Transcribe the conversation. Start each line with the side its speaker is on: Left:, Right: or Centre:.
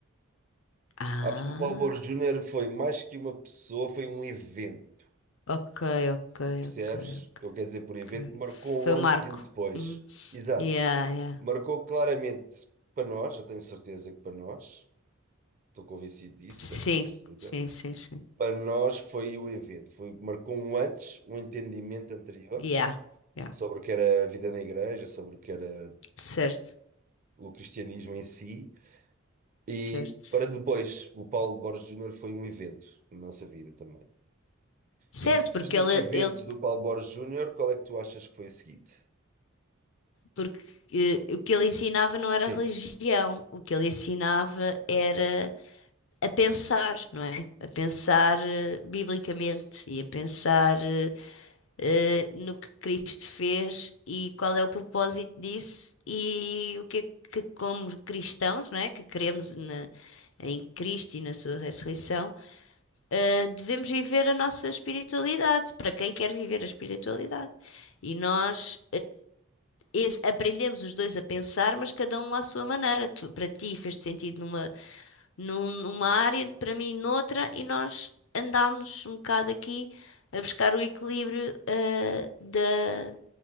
Left: Ah,
Right: Acho que o Paulo Borges Júnior foi mais que uma pessoa, foi um evento,
Left: ok, ok, ok,
Right: percebes? Eu quero dizer por evento,
Left: ok.
Right: que marcou
Left: Foi
Right: um
Left: o
Right: antes
Left: Marco.
Right: e um depois.
Left: Uhum.
Right: Exato.
Left: Yeah, yeah.
Right: Marcou claramente para nós, eu tenho certeza que para nós, estou convencido disso,
Left: Sim,
Right: tenho certeza.
Left: sim, sim, sim.
Right: Para nós foi o evento, foi, marcou um antes, um entendimento anterior
Left: Yeah, yeah.
Right: sobre o que era a vida na igreja, sobre o que era
Left: Certo,
Right: o cristianismo em si
Left: certo.
Right: E para depois, o Paulo Borges Júnior foi um evento na nossa vida também.
Left: Certo,
Right: E depois
Left: porque
Right: desse
Left: ele,
Right: evento
Left: ele
Right: do Paulo Borges Júnior, qual é que tu achas que foi a seguinte?
Left: porque eh, o que ele ensinava não era
Right: Sim,
Left: religião, o que ele ensinava era a pensar, não é? A pensar eh, biblicamente e a pensar eh, eh, no que Cristo fez e qual é o propósito disso e o que é que, como cristãos, não é? Que queremos na- em Cristo e na sua ressurreição, eh, devemos viver a nossa espiritualidade, para quem quer viver a espiritualidade. E nós esse- aprendemos os dois a pensar, mas cada um à sua maneira. Tu- para ti fez sentido numa num- numa área, para mim noutra, e nós andámos um bocado aqui a buscar o equilíbrio, eh, da,